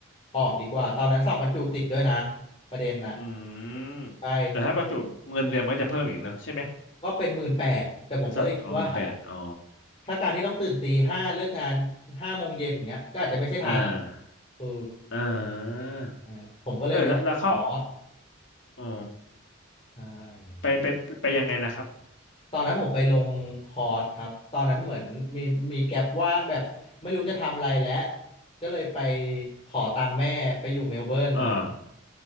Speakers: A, on the left (about 25°); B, on the left (about 60°).
A: ออกดีกว่าตอนนั้นสอบบรรจุติดด้วยนะประเด็นน่ะ
B: อืมแต่ถ้าประจุเงินเดือนมันก็จะเพิ่มอีกเนอะใช่ไหม
A: ใช่ ก็เป็นหมื่นแปดแต่ผมก็เลยคิดว่า
B: เป็นสับเอาเงินแปดอ๋อ
A: ถ้าการที่ต้องตื่นตีห้าเลิกงานห้าโมงเย็นอย่างเงี้ยก็อาจจะไม่ใช่ทาง
B: อ่า
A: เออ
B: อ่า
A: นะครับผมก็เลยไปลงคอร์ส
B: เออแล้วแล้วเข้าอ๋อ
A: ใช่
B: ไปไปไปยังไงนะครับ
A: ตอนนั้นผมไปลงคอร์สครับตอนนั้นเหมือนมีมีแก็ปว่างแบบไม่รู้จะทำอะไรแล้วก็เลยไปขอตังค์แม่ไปอยู่เมลเบิร์น
B: อ่า